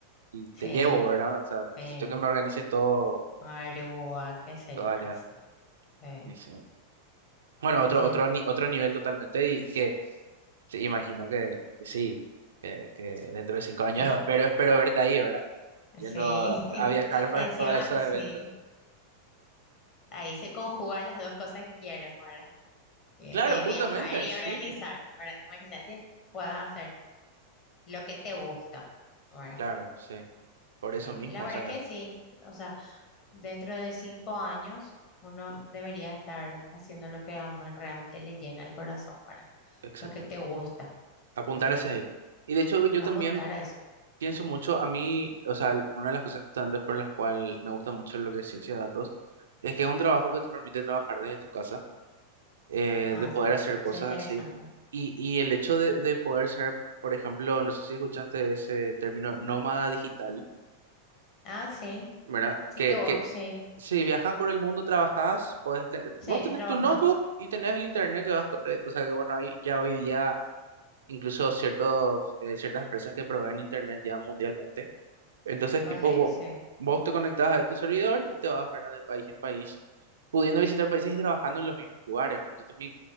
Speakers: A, on the right (about 65°); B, on the left (about 40°).
A: y
B: sí,
A: te llevo, ¿verdad? O sea, necesito
B: eh,
A: que me organices todo,
B: Aruba, qué sé
A: todo
B: yo,
A: allá.
B: ahora sí. eh,
A: Y sí. Bueno,
B: así
A: otro, otro,
B: mismo.
A: ni- otro nivel totalmente y que te imagino que, que sí, que, que dentro de cinco años
B: Hijo,
A: espero, espero verte ahí, ¿verdad? yendo
B: sí,
A: a, a viajar
B: <laughs>
A: <laughs> para,
B: encima,
A: para esos
B: sí,
A: eventos.
B: ahí se conjugan las dos cosas que quiero, ¿verdad? Que,
A: Claro,
B: que es
A: justamente,
B: viajar y
A: sí,
B: organizar. Ahora, imagínate, puedas hacer lo que te gusta, ¿verdad?
A: claro, sí. Por
B: Sí,
A: eso mismo,
B: la verdad
A: o sea,
B: que sí. O sea, dentro de cinco años uno
A: mm,
B: debería estar haciendo lo que a uno realmente le llena el corazón, ¿verdad?
A: exactamente.
B: Lo que te gusta,
A: Apuntar
B: ¿verdad?
A: hacia ahí. Y de hecho, yo también
B: Apuntar a eso.
A: pienso mucho, a mí, o sea, una de las cosas justamente por las cuales me gusta mucho lo que es ciencia de datos, es que es un trabajo que te permite trabajar desde tu casa, eh,
B: Ah,
A: de poder
B: sí.
A: hacer cosas
B: Eso es interesante.
A: así. Y, y el hecho de, de poder ser, por ejemplo, no sé si escuchaste ese término, nómada digital,
B: Ah, sí.
A: ¿verdad?
B: Sí
A: Que,
B: que vos,
A: que
B: sí,
A: Si viajas por el mundo, trabajas puedes tener,
B: sí,
A: vos
B: es
A: tenés
B: trabajando
A: tu notebook y tenés el internet que vas, co- eh, o sea que bueno, hay ya hoy día incluso ciertos, eh, ciertas empresas que proveen internet ya mundialmente. Entonces,
B: con
A: tipo,
B: él.
A: vo-
B: Sí,
A: vos, te conectás a tu servidor y te vas, ¿verdad? De país en país, pudiendo visitar países y trabajando en los mismos lugares, ¿verdad? Yo también